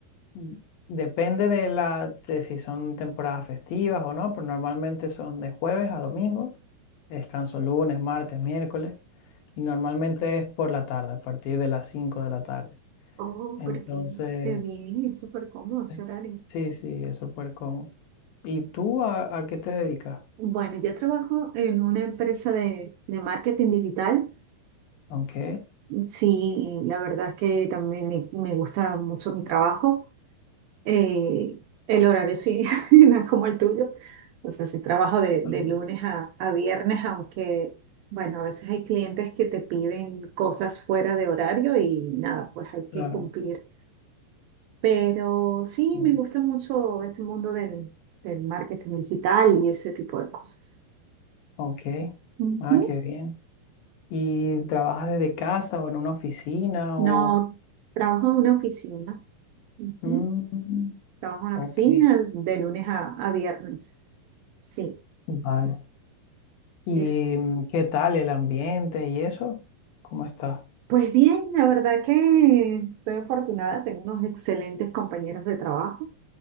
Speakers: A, on the left (about 75°); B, on the right (about 80°).
A: mm, depende de la de si son temporadas festivas o no, pero normalmente son de jueves a domingo, descanso lunes, martes, miércoles, y normalmente es por la tarde, a partir de las 5 de la tarde.
B: Oh,
A: Entonces,
B: pero qué, qué bien, es súper cómodo ese
A: es-
B: horario.
A: sí, sí, es súper cómodo. ¿Y tú a, a qué te dedicas?
B: Bueno, yo trabajo en una empresa de, de marketing digital.
A: Ok,
B: Sí, la verdad es que también me, me gusta mucho mi trabajo. Eh, el horario sí, <laughs> no es como el tuyo. O sea, sí trabajo de,
A: Mm,
B: de lunes a, a viernes, aunque, bueno, a veces hay clientes que te piden cosas fuera de horario y nada, pues hay que
A: claro.
B: cumplir. Pero sí,
A: mm,
B: me gusta mucho ese mundo del, del marketing digital y ese tipo de cosas.
A: Ok,
B: Ujú.
A: ah, qué bien. ¿Y trabajas desde casa o en una oficina
B: No,
A: o...?
B: trabajo en una oficina. Ujú.
A: Mm,
B: Trabajo en una
A: ok,
B: oficina de lunes a, a viernes. Sí,
A: vale. ¿Y
B: es
A: mm, qué tal el ambiente y eso? ¿Cómo está?
B: Pues bien, la verdad que estoy afortunada, tengo unos excelentes compañeros de trabajo,